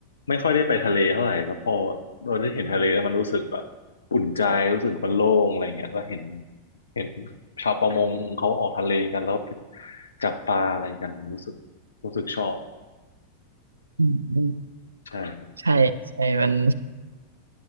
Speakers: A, on the left (about 70°); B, on the right (about 75°).
A: ไม่ค่อยได้ไปทะเลเท่าไหร่แล้วพอเราได้เห็นทะเลแล้วมันรู้สึกแบบอุ่นใจรู้สึกมันโล่งอะไรเงี้ยแล้วเห็นเห็นชาวประมงเขาออกทะเลกันแล้วไปจับปลาอะไรกันรู้สึกรู้สึกชอบ
B: อืมอืม
A: ใช่ครับ
B: ใช่ใช่มัน